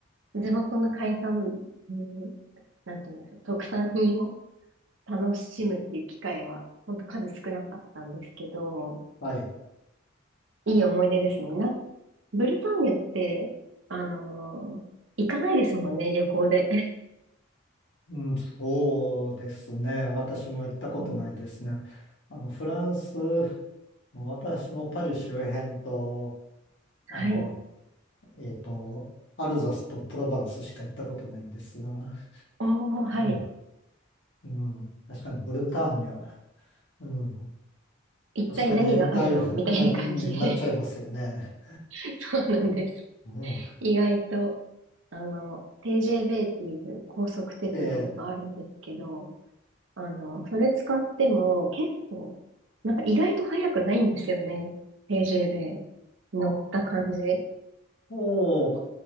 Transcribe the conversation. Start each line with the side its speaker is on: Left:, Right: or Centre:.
Right: 地元の海産、うんなんていうんですか、特産品を楽しむっていう機会は、ほんと数少なかったんですけど、
Left: はい。
Right: いい思い出ですね。な、ブルターニュって、あのー行かないですもんね、旅行で。
Left: うん、そうですね。私も行ったことないですね。
Right: <laughs> うん。
Left: あの、フランス、私もパリ周辺と、あの、
Right: はい。
Left: えっと、アルザスとプロヴァンスしか行ったことないんですが、
Right: おー、はい。
Left: うん、うん、確かにブルターニュ、うん、
Right: 一体何があるのみたいな感じで。
Left: 確かにだいぶ <laughs> な、になっちゃいますよね。
Right: <laughs> そうなんです。
Left: うん、
Right: 意外と、あの、TJB っていう高速鉄道があるんですけど、
Left: ええ。
Right: あの、それ使っても結構、なんか意外と速くないんですよね。TJB。乗った感じ。
Left: ああ、おう、